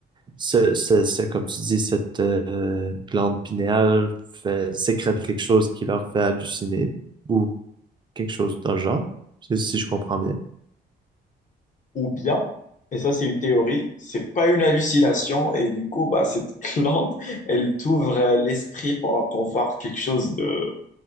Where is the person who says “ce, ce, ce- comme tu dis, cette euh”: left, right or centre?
Right